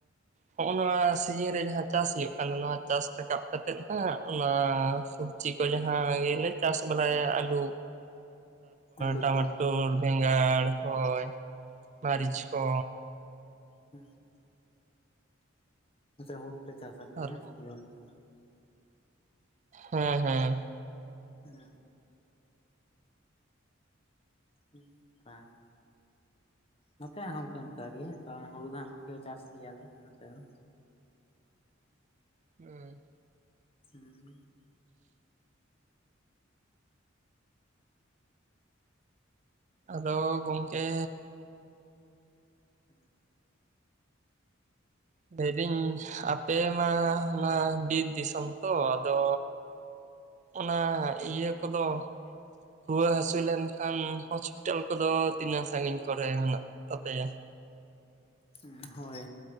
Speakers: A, on the right (about 35°); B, on the left (about 30°).
A: ᱦᱚᱜᱚᱭ ᱱᱚᱣᱟ ᱥᱤᱡᱤᱱ ᱨᱮ ᱡᱟᱦᱟᱸ ᱪᱟᱥ ᱦᱩᱭᱩᱜ ᱠᱟᱱ᱾ ᱱᱚᱣᱟ ᱪᱟᱥ ᱨᱟᱠᱟᱵ ᱠᱟᱛᱮᱜ ᱦᱟᱜ ᱚᱱᱟ ᱥᱚᱵᱡᱤ ᱠᱚ ᱡᱟᱦᱟᱸ ᱞᱮ ᱪᱟᱥ ᱵᱟᱞᱟ ᱟᱞᱩ
B: ᱟᱹᱞᱩ
A: ᱴᱟᱢᱟᱴᱳ
B: ᱠᱚ
A: ᱵᱮᱸᱜᱟᱲ ᱦᱳᱭ ᱢᱟᱹᱨᱤᱪ
B: ᱦᱩᱸ
A: ᱠᱚ
B: ᱦᱩᱸ ᱦᱩᱲᱩ ᱯᱮ ᱪᱟᱥ ᱟᱯᱮ
A: ᱟᱨ
B: ᱥᱮ ᱱᱤᱨᱚᱱ ᱫᱤᱱ ᱫᱚ᱾
A: ᱦᱩᱸ ᱦᱩᱸ
B: ᱦᱩᱸ <unintelligible> ᱱᱚᱛᱮ ᱜᱚᱢᱠᱮ ᱚᱱᱠᱟᱜᱮ ᱛᱚ ᱦᱩᱲᱩ ᱫᱚ ᱦᱟᱜᱹ ᱪᱟᱥ ᱜᱮᱭᱟᱞᱮ ᱱᱚᱛᱮ ᱫᱚ᱾
A: ᱦᱩᱸ
B: ᱦᱩᱸ
A: ᱟᱫᱚ ᱜᱚᱝᱠᱮ᱾
B: ᱦᱩᱸ᱾
A: ᱞᱟᱹᱭᱫᱟᱹᱧ ᱟᱯᱮ ᱢᱟ ᱚᱱᱟ ᱵᱤᱨ ᱫᱤᱥᱚᱢ ᱛᱚ ᱟᱫᱚ ᱚᱱᱟ ᱤᱭᱟᱹ ᱠᱚᱫᱚ ᱨᱩᱣᱟᱹ ᱦᱟᱹᱥᱩ ᱞᱮᱱ ᱠᱷᱟᱱ ᱦᱚᱥᱯᱤᱴᱟᱞ ᱠᱚᱫᱚ ᱛᱤᱱᱟᱹᱜ ᱥᱟᱺᱜᱤᱧ ᱠᱚᱨᱮ ᱢᱮᱱᱟᱜ ᱛᱟᱯᱮᱭᱟ?
B: ᱩᱸ ᱦᱳᱭ